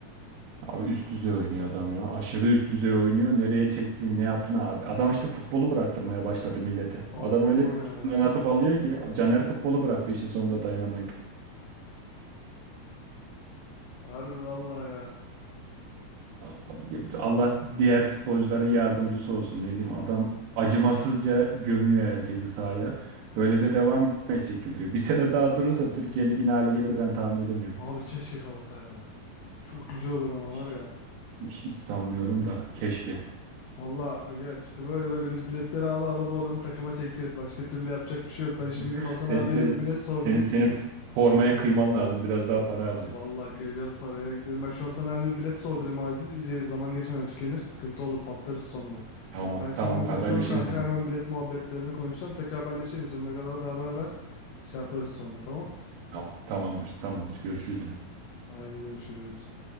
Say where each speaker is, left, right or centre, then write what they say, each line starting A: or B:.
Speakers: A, on the right; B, on the left.
A: Abi üst düzey oynuyor adam ya. Aşırı üst düzey oynuyor. Nereye çektiğini, ne yaptığını. ad- Adam işte futbolu bıraktırmaya başladı millete.
B: Abi
A: Adam
B: vallahi
A: öyle bir üstünden
B: ya.
A: atıp alıyor ki. Caner futbolu bıraktı işin sonunda dayanamayıp.
B: Harbi vallahi ya.
A: A- Allah diğer futbolcuların yardımcısı olsun. Ne diyeyim
B: Abi,
A: adam acımasızca gömüyor herkesi sahaya. Böyle de devam edecek gibi duruyor. Bir sene daha durursa Türkiye ligine hale gelir ben tahmin edemiyorum.
B: abi keşke kalsa ya. Çok güzel olur ama
A: Hiç,
B: var ya.
A: hiç sanmıyorum da
B: Ya,
A: keşke.
B: Vallahi aga işte böyle böyle biz biletleri ala ala bu adamı takıma çekeceğiz. Başka türlü yapacak bir şey yok. Ben şimdi
A: <laughs>
B: gidip Hasan
A: Senin,
B: abiye
A: senin,
B: de bir bilet sordurayım.
A: senin, senin formaya kıyman lazım. Biraz daha para
B: Abi
A: harca.
B: vallahi kıyacağız paraya. Gidelim ben şu Hasan abiye bir bilet sordurayım acil. İyice zaman geçmeden tükenir. Sıkıntı olur patlarız sonra.
A: Tamam,
B: Ben şimdi
A: tamamdır.
B: bir kaçıyorum
A: Haberleşiriz
B: kanka
A: yine.
B: hemen bilet muhabbetlerini konuşacağım. Tekrar haberleşelim. Sen agalara da haber ver. Şey yaparız sonra tamam.
A: Tamam, tamamdır, tamamdır. Görüşürüz yine.
B: Haydi görüşürüz.